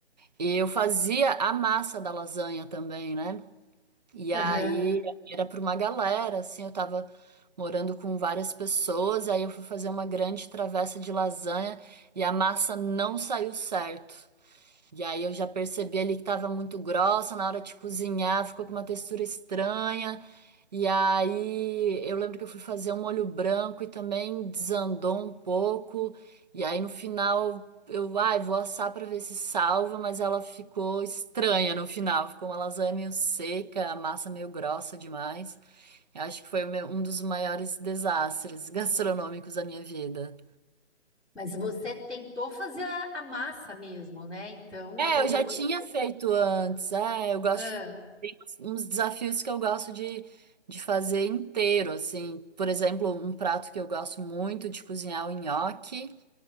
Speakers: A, on the right; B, in the centre.
A: E eu fazia a massa da lasanha também, né? E
B: Aham.
A: aí era para uma galera, assim, eu tava morando com várias pessoas, aí eu fui fazer uma grande travessa de lasanha e a massa não saiu certo. E aí eu já percebi ali que tava muito grossa na hora de cozinhar, ficou com uma textura estranha. E aí eu lembro que eu fui fazer um molho branco e também desandou um pouco. E aí no final eu, ai, vou assar pra ver se salva, mas ela ficou estranha no final, ficou uma lasanha meio seca, a massa meio grossa demais. Eu acho que foi o meu- um dos maiores desastres <laughs> gastronômicos da minha vida.
B: Mas você tentou fazer a, a massa mesmo, né? Então, o
A: É,
B: problema
A: eu já tinha
B: não foi.
A: feito antes. É, eu gosto.
B: Ah.
A: Tem uns desafios que eu gosto de, de fazer inteiro, assim. Por exemplo, um prato que eu gosto muito de cozinhar é o nhoque